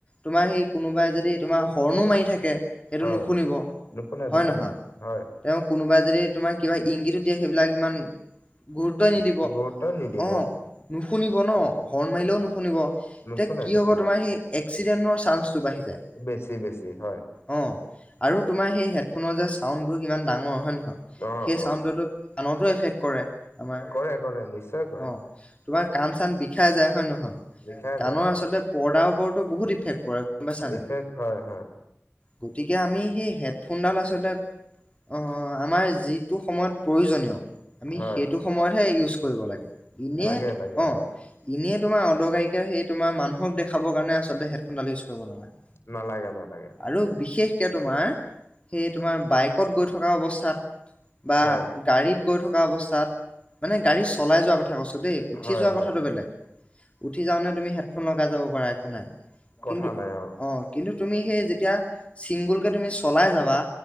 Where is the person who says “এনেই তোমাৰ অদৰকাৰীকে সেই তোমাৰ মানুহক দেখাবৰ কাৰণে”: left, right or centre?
Left